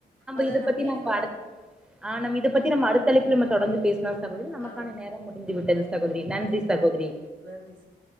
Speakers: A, on the right; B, in the centre.
A: அத
B: இத
A: நம்ம
B: பத்தி
A: ஈடு குடு
B: அடுத் ஆ நம்ம இத பத்தி நம்ம அடுத் லைப்புல நம்ம தொடர்ந்து பேசனா சகோதரி நமக்கான
A: ஆ.
B: நேரம் முடிந்து விட்டது சகோதரி நன்றி சகோதரி
A: நன்றி சகோ